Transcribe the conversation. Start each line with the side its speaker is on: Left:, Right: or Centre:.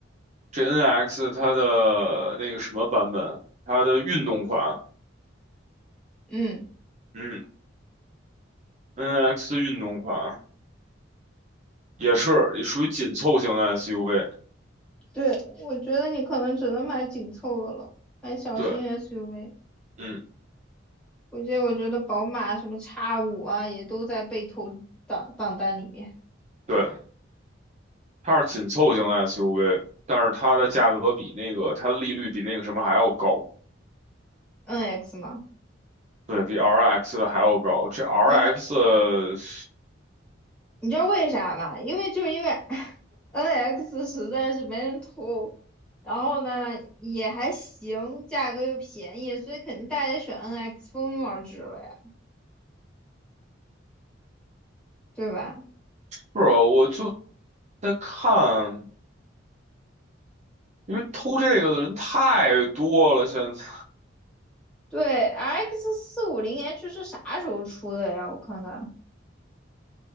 Right: 这 n x 它的那个什么版本，它的运动款，
Centre: 嗯。
Right: 嗯，NX 的运动款也是也属于紧凑型的 SUV，
Centre: 对，我觉得你可能只能买紧凑的了，买小型
Right: 对，
Centre: SUV。
Right: 嗯，
Centre: 我觉得，我觉得宝马什么叉五啊，也都在被投档榜单里面。
Right: 对。它是紧凑型 SUV，但是它的价格比那个它的利率比那个什么还要高，
Centre: NX 嘛，
Right: 对，比 RX 的还要高。这 RX
Centre: 啊，
Right: 呃是
Centre: 你知道为啥吗？因为就是因为 <laughs> NX 实在是没人投，然后呢也还行，价格又便宜，所以肯定大家选 NX 蜂拥而至了呀，对吧？
Right: 啊，我就在看，因为偷这个的人太多了，现在
Centre: 对，RX 四五零 H 是啥时候出的呀？我看看，